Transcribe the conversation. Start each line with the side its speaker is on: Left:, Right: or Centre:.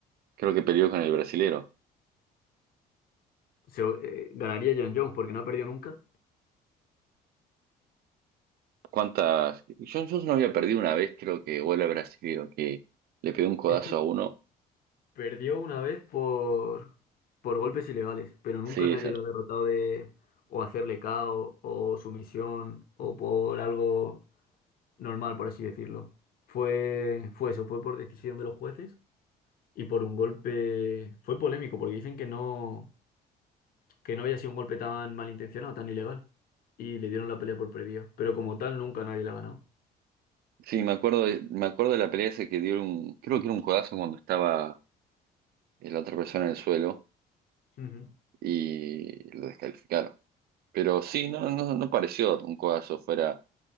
Right: creo que peleó con el brasilero.
Left: Se- eh, ganaría John Jones porque no ha perdido nunca.
Right: ¿Cuántas? Yo, yo no había perdido una vez, creo que, o el brasilero, que le pegó un codazo
Left: Es que
Right: a uno
Left: perdió una vez por, por golpes ilegales, pero nunca
Right: Sí,
Left: nadie
Right: esa.
Left: lo ha derrotado de o hacerle KO o o sumisión o por algo normal, por así decirlo. Fue, fue eso, fue por decisión de los jueces y por un golpe fue polémico porque dicen que no que no había sido un golpe tan malintencionado, tan ilegal y le dieron la pelea por perdida, pero como tal nunca nadie la ha ganado.
Right: Sí, me acuerdo de, me acuerdo de la pelea esa que dio un, creo que era un codazo cuando estaba eh, la otra persona en el suelo
Left: Ujú.
Right: y lo descalificaron. Pero sí, no, no, no pareció un codazo fuera